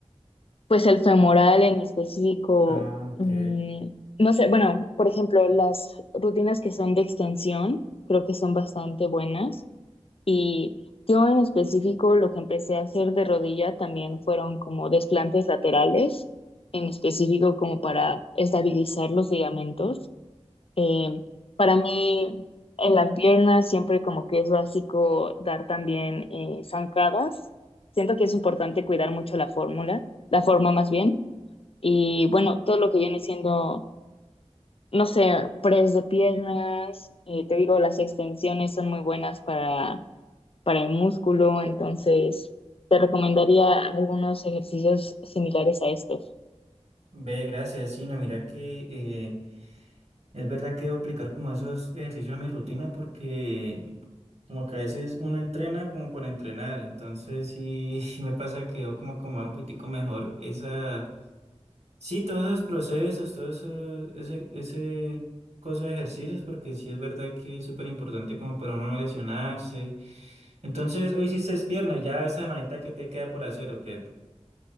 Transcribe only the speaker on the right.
Ah, ok,
ve, gracias, sí, no, mira que eh, es verdad que debo aplicar como esos ejercicios a mi rutina porque... Como que a veces uno entrena como por entrenar, entonces sí, <laughs> sí me pasa que yo como acomodar un poquitico mejor esa, sí, todos esos procesos, todo eso, ese, ese coso de ejercicios, porque sí es verdad que es súper importante como para uno no lesionarse. Entonces, hoy hiciste pierna, ya esa semanita que te queda por hacer, o qué?